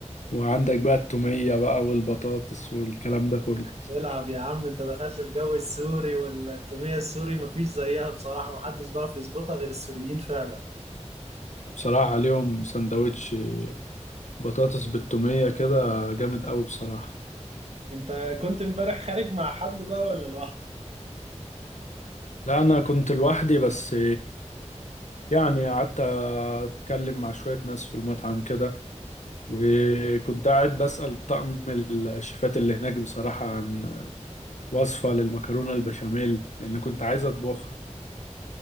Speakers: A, on the left; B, on the right.
A: وعندك بقى التومية بقى والبطاطس والكلام ده كله
B: العب يا عم انت دخلت في جو السوري والتومية السوري مفيش زيها بصراحة محدش بقى يظبطها غير السوريين فعلا
A: بصراحة عليهم سندوتش بطاطس بالتومية كده جامد قوي بصراحة
B: انت كنت امبارح خارج مع حد بقى ولا لوحدك
A: لا انا كنت لوحدي بس يعني قعدت اتكلم مع شوية ناس في المطعم كده وكنت قاعد بسأل طقم الشيفات اللي هناك بصراحة عن وصفة للمكرونة البشاميل لأن كنت عايز أطبخها